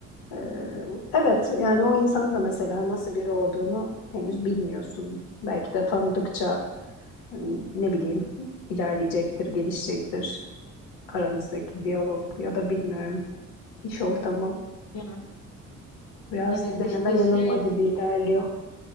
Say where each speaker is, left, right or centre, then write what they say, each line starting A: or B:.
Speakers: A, on the left; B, on the left.
A: Ee, evet yani o insanın da mesela nasıl biri olduğunu henüz bilmiyorsun. Belki de tanıdıkça hani ne bileyim ilerleyecektir, gelişecektir. aranızdaki diyalog ya da bilmiyorum iş ortamı
B: Yani
A: biraz
B: evet
A: deneme
B: işte
A: yanılma
B: şey
A: gibi ilerliyor.